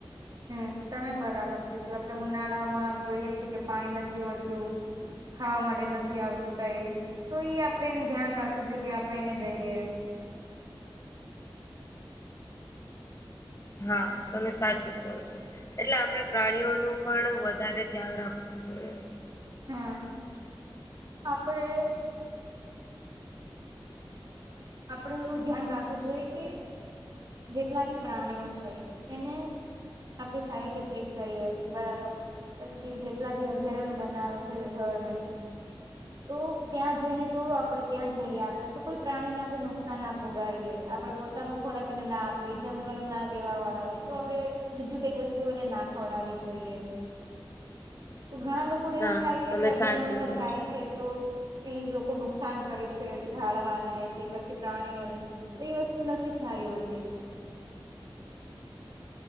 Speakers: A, on the right; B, on the left.
A: હમ.. તમે બરાબર કીધું આપડણે ઉનાળાઓમાં જોઈએ છીએ, કે પાણી નથી હોતું. ખાવા માટે નથી આવતું કઈ તો ઈ આપડે એને ધ્યાન રાખવું જોઈએ, કે આપડણે એને દઈએ.
B: હા તમે સાચું કરો છો. એટલે આપણે પ્રાણીઓનું પણ વધારે ધ્યાન રાખવું જોઈએ.
A: હમ આપડ આપડે એવું ધ્યાન રાખવું જોઈએ કે જેટલા બી પ્રાણીઓ છે, એને આપડી સાહિત્ય ટ્રીટ કરીએ બરાબર પછી જેટલા બી અભયારણ્ય બનાવે છે, ગવર્મેન્ટ તો ત્યાં જઈને, તો આપડે ત્યાં જઈએ આપણેે તો કોઈ પ્રાણી ના આપણે નુકસાન ના આપુંગાડીએ આપડે પોતાનું ખોરાક ને ના આપી જંગલ ના રહેેવા વાળા હોય તો આપડણે બીજું કઈક વસ્તુ એને ના ખવડાવી જોઈએ, તો ઘણા લોકો એવું
B: હા
A: થાય છે,
B: તમે
A: કે અભયારણ્યમાં
B: સાચું કહો
A: જાય
B: છો
A: છે તો એ લોકો નુકસાન કરે છે, ઝડવાને કે પછી પ્રાણીઓને તો એઈ વસ્તુ નથી સારી હોતી.